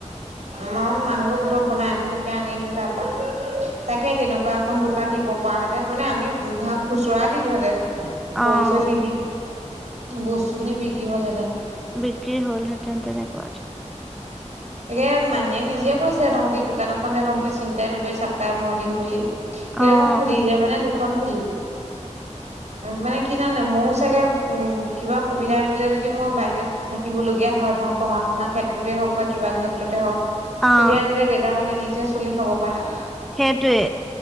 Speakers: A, on the right (about 65°); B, in the centre.
A: মই মাংস <unintelligible> বনাই আনো তেতিয়া আনি দিও তাৰ পা। তাকে তেনেকুৱা এখন দোকান দিব পৰা হেতেন মানে আমি ধৰক খুচুৰা দিলোঁহেতেন।
B: অ',
A: হ'লচেল নিদি বস্তুখিনি বিক্ৰী হ'লহেতেন।
B: বিক্ৰী হ'লহেঁতেন তেনেকুৱাতে।
A: তাকে মাহীয়ে নিজে কৈছে তহঁতি দোকান এখন দে তহঁতি চিন্তাই নকৰবি চাপলাই মই দিম বুলি। এতিয়া
B: অ',
A: মই খুলিলে মানে দুখন খুলিম। মানে কি জানে ময়ো চাগে উম কিবা সুবিধা মিলিলে যদি মই বাহিৰত থাকিবলগীয়া হয় ধৰা পঢ়া- শুনাৰ ক্ষেত্ৰতেই হওক বা কিবা ক্ষেত্ৰতে হওঁক
B: অ',
A: তেতিয়া যাতে দেউতাহঁতে নিজে চলি খাব পাৰা।
B: সেইটোৱে